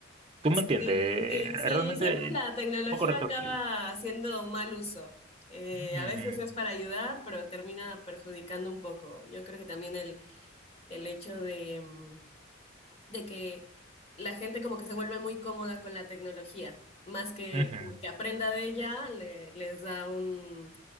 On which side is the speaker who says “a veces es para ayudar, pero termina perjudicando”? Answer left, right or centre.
Left